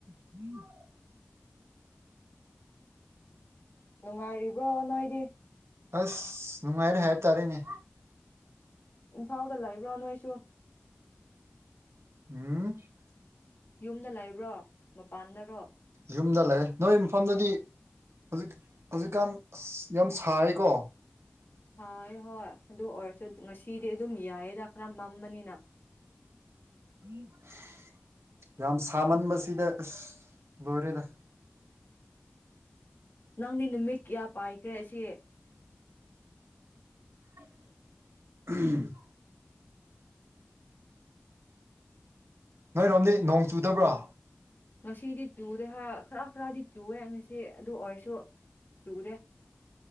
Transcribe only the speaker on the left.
ꯅꯨꯡꯉꯥꯏꯔꯤꯕꯣ ꯅꯣꯏꯗꯤ
ꯏꯝꯐꯥꯜꯗ ꯂꯩꯕ꯭ꯔꯣ ꯅꯣꯏꯁꯨ
ꯌꯨꯝꯗ ꯂꯩꯕ꯭ꯔꯣ ꯃꯄꯥꯟꯗꯔꯣ
ꯁꯥꯏꯌꯦ ꯍꯣꯏ ꯑꯗꯨ ꯑꯣꯏꯔꯁꯨ ꯉꯁꯤꯗꯤ ꯑꯗꯨꯝ ꯌꯥꯏꯌꯦꯗ ꯈ꯭ꯔ ꯃꯝꯕꯅꯤꯅ
ꯅꯪꯗꯤ ꯅꯨꯃꯤꯠ ꯀꯌꯥ ꯄꯥꯏꯈ꯭ꯔꯦ ꯑꯁꯤ
ꯉꯁꯤꯗꯤ ꯇꯨꯗꯦ ꯍ ꯈ꯭ꯔ ꯈ꯭ꯔꯗꯤ ꯆꯨꯋꯦ ꯉꯁꯤ ꯑꯗꯨꯑꯣꯏꯔꯁꯨ ꯆꯨꯗꯦ